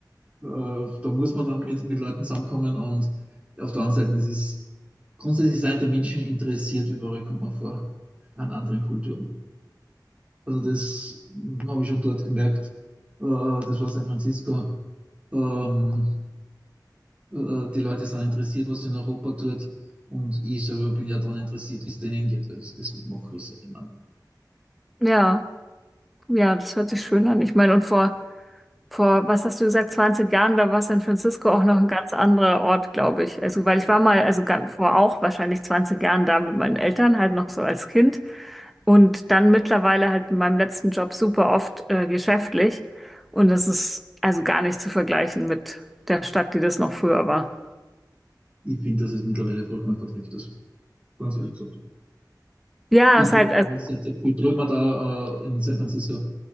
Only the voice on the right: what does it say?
äh, da muss man dann mit, mit Leuten zusammenkommen und auf der anderen Seite, es ist grundsätzlich sind die Menschen interessiert, überall kommt man vor, an anderen Kulturen. Also das habe ich schon dort gemerkt. Äh, das war San Francisco. Ähm, äh, die Leute sind interessiert, was in Europa tut. Und ich selber bin ja daran interessiert, wie es denen geht. Also deswegen mache ich es. Ich,
ich finde, dass es mittlerweile vollkommen verträgt ist. Ganz ehrlich gesagt.
Ich
glaube,
seit der viel drüber da äh, in San Francisco.